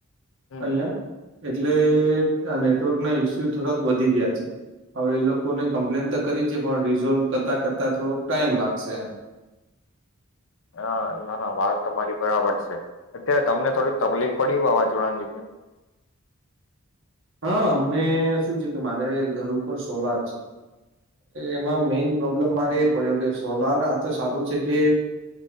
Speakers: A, on the left; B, on the right.
A: હમ.
B: અહયા? એટલે અને નેટવર્કના ઈસ્યુ થોડાક વધી ગયા છે હવે એ લોકોને કમ્પ્લેન તો કરી છે પણ રિઝોલ્વ કરતાં કરતા થોડોક ટાઈમ લાગશે એમ.
A: હ ના ના વાત તમારી બરાબર છે અત્યારે તમને થોડી તકલીફ પડી વાવાઝોડાની લીધે.
B: હા અમને શું છે કે મારે ઘર ઉપર સોલાર છે એમાં મેઈન પ્રોબ્લેમ મારે એ પડ્યો કે સોલાર આ તો સારું છે કે